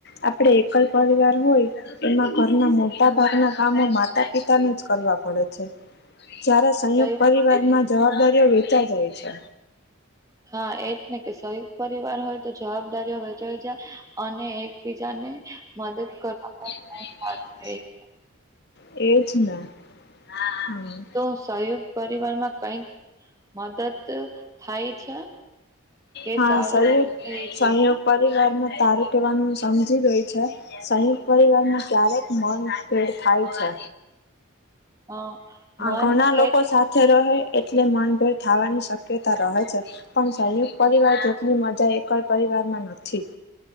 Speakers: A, on the left; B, on the right.
A: આપડે એકલ પરિવાર હોય એમાં ઘરના મોટા ભાગના કામો માતા પિતાને જ કરવા પડે છે જ્યારે સંયુક્ત
B: શરીર
A: પરિવાર
B: માટે
A: માં જવાબદારીઓ વેચા જાય છે
B: હા એ જ ને કે સયુક્ત પરિવાર હોય તો જવાબદારીઓ વહેચાઈ જાય અને એકબીજાને મદદ કરવા
A: હમ
B: બહુ સારું રહે છે.
A: એજ ને હમ
B: તો સયુક્ પરિવાર માં કઈક મદદ થાય છે કે
A: હા
B: સારું
A: સંગ
B: રહે
A: સંયોગ
B: છે
A: પરિવારમાં તારું કહેવાનું સમજી ગય છે સહિત પરિવારને ક્યારેક મ ભેડ થાય છે
B: અ મનભેદ
A: ઘણા લોકો સાથે રહે એટલે મનભેર થવાની શક્યતા રહે છે. પણ સંયુ પરિવાર જેટલી મજા એકલ પરિવારમાં છે.